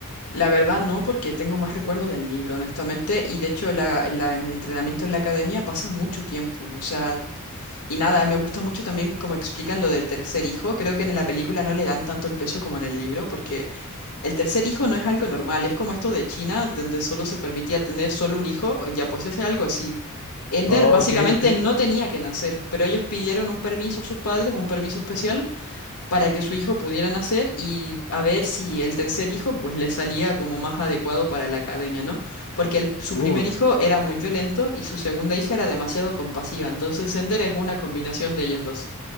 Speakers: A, on the left; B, on the left.
A: La verdad no, porque tengo más recuerdo del libro, honestamente, y de hecho la, en la- en el entrenamiento en la academia pasa mucho tiempo, o sea, y nada, me gusta mucho también como explican lo del tercer hijo, creo que en la película no le dan tanto el peso como en el libro, porque el tercer hijo no es algo normal, es como esto de China, donde solo se permitía tener solo un hijo, ya pues es algo así. Ender
B: Ok,
A: básicamente
B: ok.
A: no tenía que nacer, pero ellos pidieron un permiso a sus padres, un permiso especial. para que su hijo pudiera nacer y a ver si el tercer hijo pues le salía como más adecuado para la academia, ¿no? Porque el- su
B: Uh,
A: primer hijo era muy violento y su segunda hija era demasiado compasiva, entonces Sender es una combinación de ellos dos,